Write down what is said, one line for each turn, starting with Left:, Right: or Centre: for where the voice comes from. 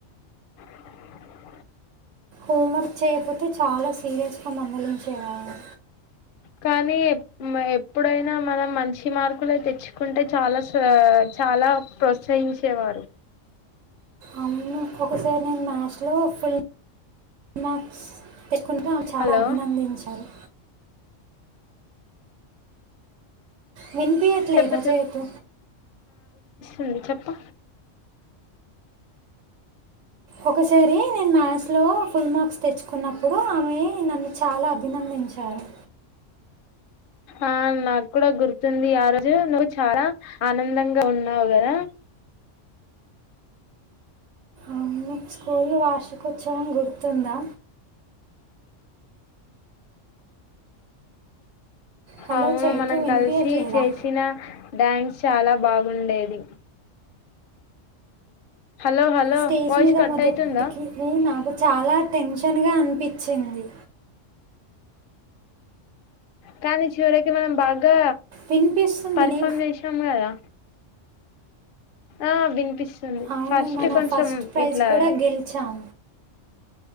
Left: <inaudible>
Right: హోంవర్క్ చేయకపోతే చాలా సీరియస్గా మందులించేవాలు
Left: కానీ ఎప్పుడైనా మనం మంచి మార్కులు తెచ్చుకుంటే చాలా చాలా ప్రోత్సహించేవారు
Right: అవును. ఒకసారి నేను మ్యాథ్స్ లో ఫుల్ మ్యాథ్స్ పెట్టుకుంటే చాలా
Left: హలో
Right: అభినందించారు వినిపిఎట్లేదా
Left: చెప్పు
Right: చైతూ
Left: ఉంది చెప్పు
Right: ఒకసారి నేను మ్యాథ్స్లో ఫుల్ మార్క్స్ తెచ్చుకున్నప్పుడు ఆమె నన్ను చాలా అభినందించారు
Left: ఆ నాకు కూడా గుర్తుంది ఆ రోజు నువ్వు చాలా ఆనందంగా ఉన్నావు కదా
Right: ఆమె మీకు స్కూల్ వార్షికోత్సవం గుర్తుందా హలో
Left: అవును
Right: చైతు
Left: మనం
Right: వినిపించట్లేదా
Left: కలిసి చేసిన డ్యాన్స్ చాలా బాగుండేది హలో హలో
Right: స్టేజ్
Left: వాయిస్
Right: మీద
Left: కట్
Right: మొదటికి
Left: అయితుందా
Right: నాకు చాలా టెన్షన్ క్షనగా అనిపించింది
Left: కానీ చివరకి మనం బా ఇకా
Right: వినిపిస్తుంది
Left: పర్ఫామ్
Right: నీ
Left: చేసాము కదా ఆ విన్పిస్ ఉంది
Right: అవును
Left: ఫస్ట్
Right: మన
Left: కొంచెం
Right: ఫస్ట్ ప్రైజ్
Left: ఇట్లా
Right: కూడా గెలిచాం